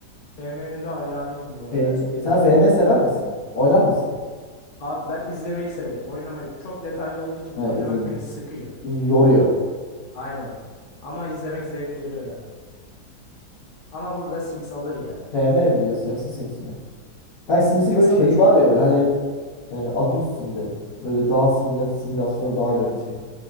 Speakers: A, on the left; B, on the left.
A: FM'nin de hayranıyım bu arada
B: FM...
A: belirteyim.
B: Sen FM sever misin? Oynar mısın?
A: Abi ben izlemeyi severim. Oynamayı çok detaylı olduğu için
B: He
A: oynamak
B: izledim.
A: beni sıkıyor.
B: Yoruyor.
A: Aynen. Ama izlemek zevk veriyor yani. Ama burada Sims alır ya.
B: FM mi diyorsun yoksa Sims mi? Kanka Sims'in
A: Sims
B: böyle şeyi
A: alır çünkü
B: var ya böyle hani yani adı üstünde böyle daha simüla simülasyona daha
A: evet.
B: böyle bir şey.